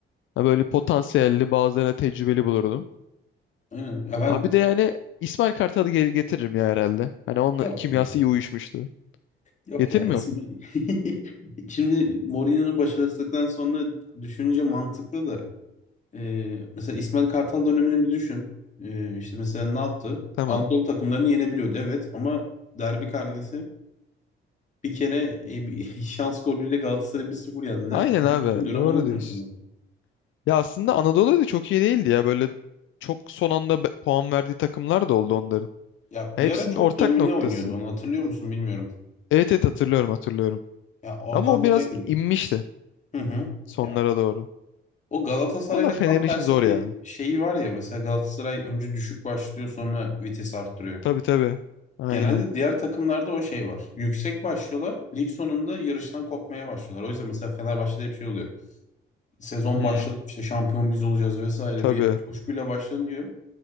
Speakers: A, on the left; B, on the left.
A: Ha böyle potansiyelli bazılarına tecrübeli bulurdum.
B: Aynen. Ya ben
A: Abi bir de yani İsmail Kartal'ı geri getiririm ya herhalde. Hani onunla
B: yok
A: kimyası
B: ya.
A: iyi uyuşmuştu.
B: Yok
A: Getirmiyor
B: ya. İsmi
A: mu?
B: <laughs> Şimdi Mourinho'nun başarısızlıktan sonra düşününce mantıklı da e, mesela İsmail Kartal dönemini bir düşün. E, işte mesela ne yaptı?
A: Tamam.
B: Anadolu takımlarını yenebiliyordu evet ama derbi karnesi bir kere e, bir <laughs> şans golüyle Galatasaray'ı bir sıfır yendiler.
A: Aynen
B: Bütün
A: abi.
B: dönem
A: Doğru
B: onu konuşuldu.
A: diyorsun. Ya aslında Anadolu da çok iyi değildi ya. Böyle çok son anda be- puan verdiği takımlar da oldu onların.
B: Ya
A: Ya
B: bir
A: Hepsinin
B: ara çok
A: ortak
B: domine
A: noktası.
B: oynuyordu onu hatırlıyor musun bilmiyorum.
A: Evet evet hatırlıyorum hatırlıyorum.
B: Ya oradan
A: Ama o
B: dolayı
A: biraz
B: dedim.
A: inmişti
B: Hı hı.
A: sonlara
B: Ya
A: doğru.
B: O Galatasaray'la
A: Valla Fener'in
B: tam tersi
A: işi zor
B: bir
A: ya.
B: şeyi var ya mesela Galatasaray önce düşük başlıyor sonra vites arttırıyor.
A: Tabii tabii. Aynen.
B: Genelde diğer takımlarda o şey var. Yüksek başlıyorlar. Lig sonunda yarıştan kopmaya başlıyorlar. O yüzden mesela Fenerbahçe'de hep şey oluyor. Sezon
A: Hmm,
B: başladı işte şampiyon biz olacağız vesaire
A: tabii.
B: bir coşkuyla başlanıyor.